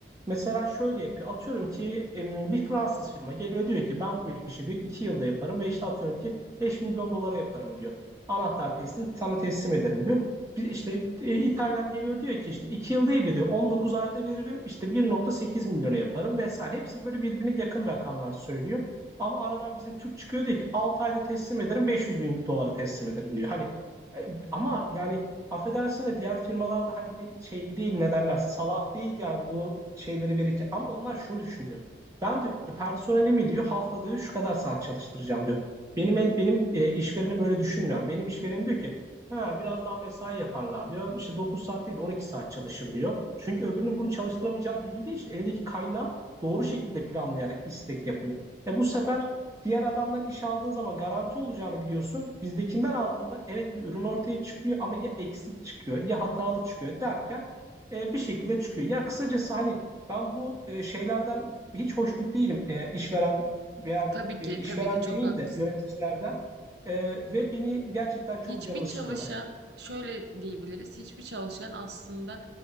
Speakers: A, on the right; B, on the right.
A: Mesela şöyle yapıyor. Atıyorum ki bir Fransız firma geliyor diyor ki ben bu işi bir iki yılda yaparım ve işte atıyorum ki 5 milyon dolara yaparım diyor. Anahtar teslim sana teslim ederim diyor. Bir işte e, İtalyan geliyor diyor ki işte 2 yıl değil de diyor 19 ayda veririm işte 1.8 milyona yaparım vesaire. Hepsi böyle birbirine yakın rakamlar söylüyor. Ama aradan bizim Türk çıkıyor diyor ki 6 ayda teslim ederim 500 bin dolara teslim ederim diyor. Hani e, ama yani affedersin de diğer firmalarda hani şey değil ne derler salak değil yani bu şeyleri verirken ama onlar şunu düşünüyor. Ben diyor personelimi diyor haftada diyor, şu kadar saat çalıştıracağım diyor. Benim el- benim e, işverenim öyle düşünmüyor. Yani Benim işverenim diyor ki ha biraz daha mesai yaparlar diyor. İşte 9 saat değil 12 saat çalışır diyor. Çünkü öbürünün bunu çalıştıramayacağını bildiği için elindeki kaynağı doğru şekilde planlayarak istek yapıyor. E bu sefer Diğer adamdan iş aldığın zaman garanti olacağını biliyorsun. Bizdekinden aldığında evet bir ürün ortaya çıkıyor ama ya eksik çıkıyor ya hatalı çıkıyor derken e, bir şekilde çıkıyor. Ya kısacası hani ben bu e, şeylerden hiç hoşnut değilim. E, işveren veya
B: Tabii ki,
A: e, işveren
B: tabii ki çok
A: demeyeyim
B: haklısın.
A: de yöneticilerden. E, ve beni gerçekten çok
B: hiçbir
A: canımı
B: çalışan
A: sıkıyorlar.
B: şöyle diyebiliriz. Hiçbir çalışan aslında